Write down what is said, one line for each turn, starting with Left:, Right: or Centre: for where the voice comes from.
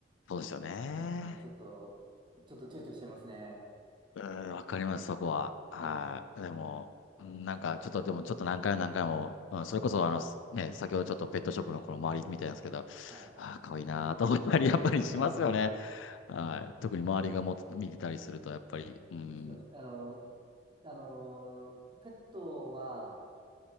Left: そうですよね。
Right: うん、ちょっと、ちょっと躊躇してますね。
Left: うん、わかります、そこは。はい。でも、うんなんか、ちょっと、でも、ちょっと何回も何回も、うん、それこそ、あの、すね、先ほどちょっとペットショップのこの周りみたいなんですけど、あ
Right: はい。
Left: あ、かわいいなーと思ったり、やっぱりしますよね。
Right: うん。
Left: はい。特に周りがも見てたりすると、やっぱり、うん。
Right: そうです。あの、あの、ペットは、